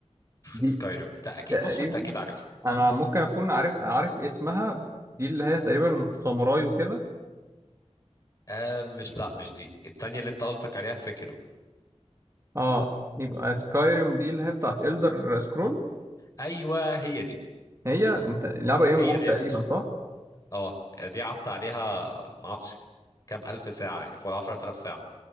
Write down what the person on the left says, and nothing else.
سكايرم انت اكيد
بص انت اكيد عارفها
آه مش لا مش دي التانية اللي انت قصدك عليها سكرو
ايوه هي دي
هي
دي
يا باشا
اه دي قعدت عليها ما اعرفش كام الف ساعة يعني فوق 10000 ساعة